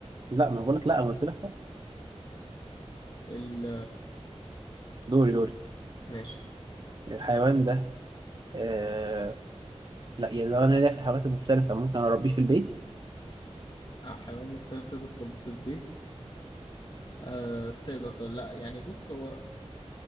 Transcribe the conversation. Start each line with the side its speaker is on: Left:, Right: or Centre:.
Right: لا ما انا بقول لك لا انا قلت لك لا
Left: ال
Right: دوري دوري
Left: ماشي
Right: الحيوان ده آه... لا يعني لو انا ليا في الحيوانات المفترسه ممكن اربيه في البيت
Left: آه، حيوان مفترس تقدر تربيه في البيت آه تقدر تقول لا يعني بص هو